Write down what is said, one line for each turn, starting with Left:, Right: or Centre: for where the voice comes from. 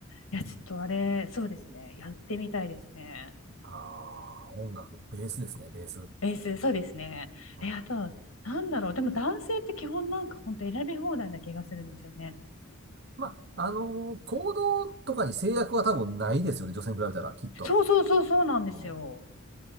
Left: や、ちょっとあれ、そうですね。やってみたいですね。
Right: ああ、音楽、ベースですね、ベース。う
Left: ベース、そうですね。
Right: ん、
Left: え、あとなんだろう。でも男性って基本なんか本当選び放題な気がするんですよね。
Right: まあ、あのー行動とかに制約は多分ないですよね、女性に比べたら、きっと。
Left: そうそうそうそうなんですよ。
Right: うん、